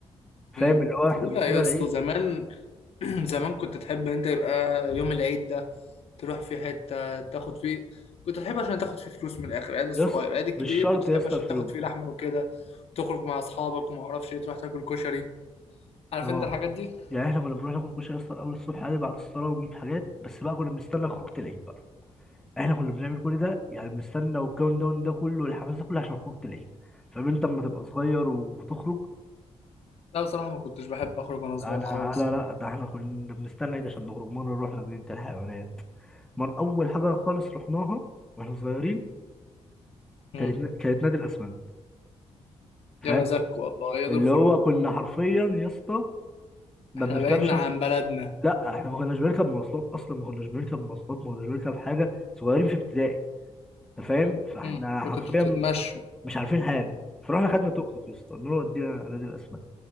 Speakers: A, on the left (about 65°); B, in the centre.
A: امم
B: فاهم اللي هو احنا
A: طبيعي
B: بنستنى
A: يا
B: العيد
A: اسطى زمان <clears throat> زمان كنت تحب ان انت يبقى يوم العيد ده تروح في حتة تاخد فيه كنت تحب عشان تاخد فيه فلوس من الاخر العيد الصغير
B: يا اسطى
A: العيد الكبير
B: مش شرط
A: كنت تحب
B: يا اسطى
A: عشان
B: الفلوس
A: تاخد فيه لحمة وكده تخرج مع اصحابك وما اعرفش إيه، تروح تاكل كشري عارف
B: اه
A: انت الحاجات دي
B: يعني احنا كنا بنروح ناكل كشري اصلا اول الصبح عادي بعد الصلاه ونجيب حاجات بس بقى كنا بنستنى خروجه العيد بقى احنا كنا بنعمل كل ده يعني بنستنى والكاونت داون ده كله والحماس ده كله عشان خروجه العيد فاهم انت اما تبقى صغير وتخرج
A: لا بصراحة ما كنتش بحب اخرج وانا صغير
B: انا
A: خالص
B: انا
A: يعني
B: لا ده احنا كنا بنستنى العيد عشان نخرج مره رحنا جنينه الحيوانات من اول حاجه خالص رحناها واحنا صغيرين
A: امم
B: كانت كانت نادي الاسمنت فاهم
A: يا مزاج والله يا
B: اللي
A: دول الخروج
B: هو كنا حرفيا يا اسطى ما
A: احنا
B: بنركبش
A: بعيدنا عن بلدنا
B: لا احنا ما كناش بنركب مواصلات اصلا ما كناش بنركب مواصلات ما كناش بنركب حاجه صغيرين في ابتدائي انت فاهم فاحنا
A: امم
B: حرفيا
A: فكنتوا تتمشوا
B: مش عارفين حاجه فروحنا خدنا توك توك يا اسطى قلنا له ودينا نادي الاسماك